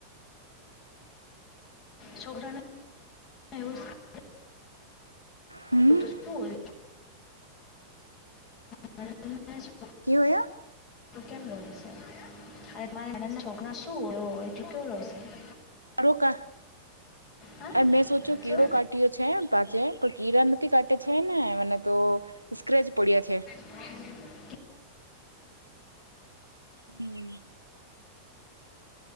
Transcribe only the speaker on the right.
હમ.
કવું હ
અડો ક <unintelligible>
અ મેં સોચ્યું કીડો
કાઢ્યો છે પાછે પણ કીડા નથી કાટે છે ને મને તો. સ્ક્રેચ પડ્યા છે.
હમ <unintelligible>